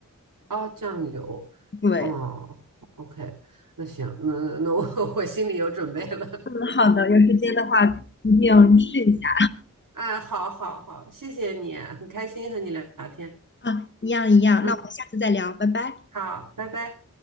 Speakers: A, on the right (about 70°); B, on the left (about 35°).
A: 哦酱油？
B: 对，
A: 哦，OK，那行，那那我 <laughs> 我心里有准备了。<laughs>
B: 嗯，好的，有时间的话一定试一下
A: 哎，好好好，谢谢你，很开心和你聊聊天。
B: 啊，一样一样。
A: 嗯，
B: 那我们下次再聊，拜拜。
A: 好，拜拜。